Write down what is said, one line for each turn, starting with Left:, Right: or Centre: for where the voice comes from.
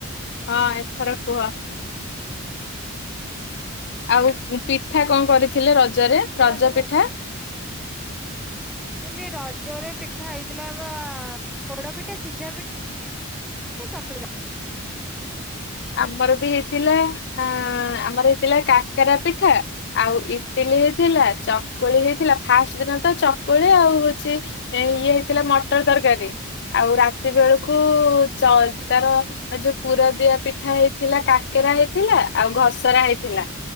Left: ହଁ, ଏଥର କୁହ। ଆଉ ପିଠା କଣ କରିଥିଲେ। ରଜରେ
Centre: ଏନା
Left: ରଜ
Centre: ସବୁ
Left: ପିଠା?
Centre: ମୁଁ ମୁଁ କହିଲି ରଜରେ ପିଠା ହେଇଥିଲା ବା ପୋଡ଼ ପିଠା, ସିଝା ପିଠା, ଏ ଚକୁଳି ପିଠା।
Left: ଆମର ବି ହେଇଥିଲା ଅ ଆମର ହେଇଥିଲା କାକରା ପିଠା, ଆଉ ଇଟିଲି ହେଇଥିଲା, ଚକୁଳି ହେଇଥିଲା, ଫାଷ୍ଟ ଦିନ ତ ଚକୁଳି, ଆଉ ହଉଛି। ଏ ଇଏ ହେଇଥିଲା ମଟର ତରକାରୀ। ଆଉ ରାତି ବେଳକୁ ତାର
Centre: ପିଠା
Left: ଯୋଉ ପୁର ଦିଆ ପିଠ ପିଠା ହେଇଥିଲା, କାକେରା ହେଇଥିଲା, ଆଉ ଘସରା ହେଇଥିଲା।